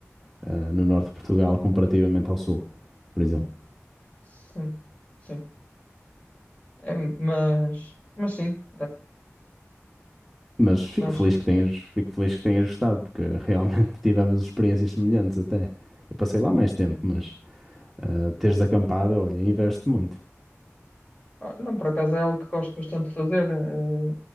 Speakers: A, in the centre; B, on the left.
A: ah, no norte de Portugal comparativamente ao sul, por exemplo.
B: Sim, sim. É, mas, mas sim.
A: Mas fico
B: Mas,
A: feliz que tenhas, fico feliz que tenhas gostado, porque realmente <laughs> tivemos experiências semelhantes até. Eu passei lá mais tempo, mas ah, teres acampado, olha, investe muito.
B: ah, não, por acaso é algo que gosto bastante de fazer. eh,